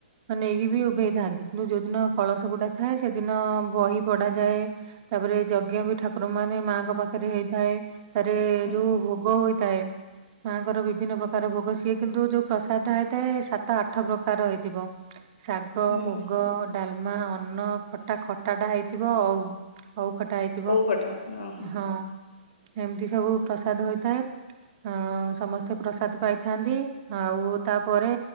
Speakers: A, on the right; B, on the left.
A: ନେଇକି ବି ଉଭେଇଥାନ୍ତି କିନ୍ତୁ ଯୋଉଦିନ କଳସ ବୁଡା ଥାଏ ସେଦିନ ବହି ପଢାଯାଏ। ତାପରେ ଯଜ୍ଞ ବି ଠାକୁର ମାନେ ମାଆଙ୍କ ପାଖରେ ହେଇଥାଏ ତାରେ
B: ହୁଁ।
A: ଯୋଉ ଭୋ ଭୋଗ ହୋଇଥାଏ। ମାଙ୍କର ବିଭିନ୍ନ ପ୍ରକାର ଭୋଗ ସିଏ କିନ୍ତୁ ଯୋଉ ପ୍ରସାଦ ଟା ହେଇଥାଏ ସାତ ଆଠ ପ୍ରକାର ହେଇଥିବ। ଶାଗ
B: ହୁଁ
A: ମୁଗ
B: ହୁଁ
A: ଡାଲମା ଅନ୍ନ ଖଟା। ଖଟାଟା ହେଇଥିବ ଅଉ। ଅଉ ଖଟା ହେଇଥିବ।
B: ଓଉ ଖଟା ଓହୋ
A: ହଁ ଏମତି ସବୁ ପ୍ରସାଦ ହୋଇଥାଏ। ଅଁ ସମସ୍ତେ ପ୍ରସାଦ ପାଇଥାନ୍ତି। ଆଉ ତାପରେ